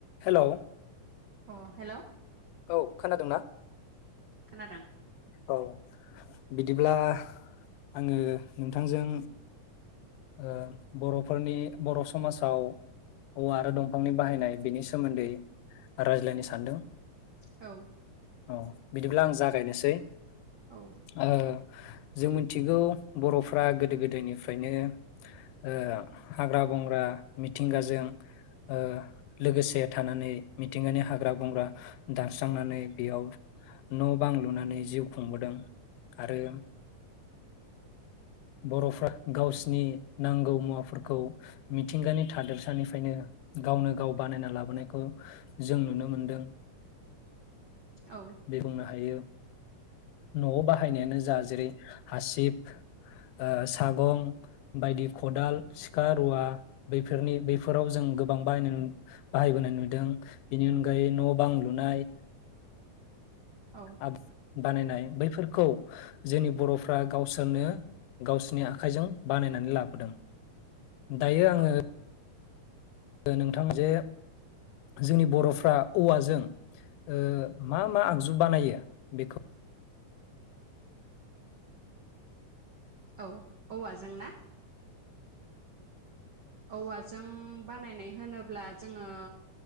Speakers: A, on the left; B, on the right.
A: Hello,
B: अ hello औ
A: औ खोनादोंना?
B: खोनादों।
A: औ बिदिब्ला। आंङो नोंथांजों ओ बर'फोरनि बर' समाजाव औवा आरो दंफांनि बाहायनाय बेनि सोमोन्दै रायज्लायनो सानदों।
B: औ
A: औ बिदिब्ला आं जागायनोसै
B: औ
A: ओ जों मिथिगौ बरफ्रा गोदो गोदायनिफ्रायनो ओ हाग्रा बंग्रा मिथिंगाजों ओ लोगोसे थानानै मिथिंगानि हाग्रा बंग्रा दानस्रांनानै बेयाव न बां लुनानै जिउ खुंबोदों आरो बरफ्रा गावसिनि नांगौ मुवाफोरखौ मिथिंगानि थादोरसानिफ्रायनो गावनो गाव बानायना लाबोनायखौ जों नुनो मोनदों।
B: औ
A: दे बुंनो हायो। न'आव बाहायनायानो जा जेरै हासिब ओ सागं बायदि खदाल, सिखा, रुवा बैफोरनि बैफोराव जों गोबां बाहाय बाहायबोनाय नुदों बेनि अनगायै न' बां लुनाय
B: औ
A: आब बानायनाय बैफोरखौ जोंनि बर'फ्रा गावसोरनो गावसोरनि आखाइजों बानायनानै लाबोदों। दायो आंङो
B: औ
A: नोंथां जे जोंनि बर'फ्रा औवाजों ओ मा मा आगजु बानायो बेखौ
B: औ औवाजों ना? औवाजों। बानायनाय होनोब्ला जोङो